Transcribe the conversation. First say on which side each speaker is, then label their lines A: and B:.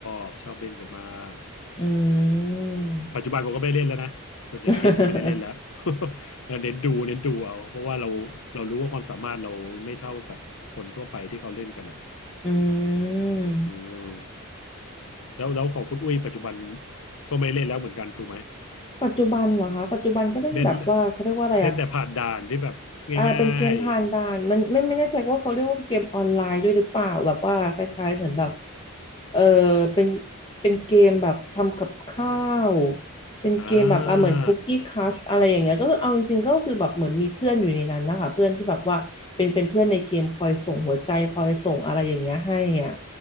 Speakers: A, on the left (about 65°); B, on the left (about 25°).
A: บชอบเล่นกันมาก
B: อืม
A: ปัจจุบันผมก็ไม่ได้เล่นแล้วนะส่วนใหญ่เกมก็ไม่ได้เล่นแล้ว
B: <laughs>
A: <laughs> แล้วเน้นดูเน้นดูเอาเพราะว่าเราเรารู้ว่าความสามารถเราไม่เท่ากับคนทั่วไปที่เขาเล่นกันอ่ะ
B: อืม
A: อืมแล้วแล้วของคุณอุ้ยปัจจุบันก็ไม่เล่นแล้วเหมือนกันถูกไหม
B: ปัจจุบันเหรอคะ ปัจจุบันก็เล่นแบบว่าเขาเรียกว่าอะไรอะ
A: เล่นเล่นแต่ผ่านด่านที่แบบ
B: อ่าเป็นเกมผ่านด่านมันไม่ไม่แน่ใจว่าเขาเรียกว่าเกมออนไลน์ด้วยหรือเปล่าแบบว่าคล้ายๆเหมือนแบบ
A: ง่าย
B: เออเป็นเป็นเกมแบบทำกับข้าว
A: ๆอ่
B: เป็นเกมแบบอ่าเหมือนคุกกี้คัสอะไรอย่างเงี้ยก็คือเอาจริงๆก็คือแบบเหมือนมีเพื่อนอยู่ในนั้นนะคะเพื่อนที่แบบว่าเป็นเป็นเพื่อนในเกมคอยส่งหัวใจคอยส่งอะไรอย่างเงี้ยให้อ่ะ
A: า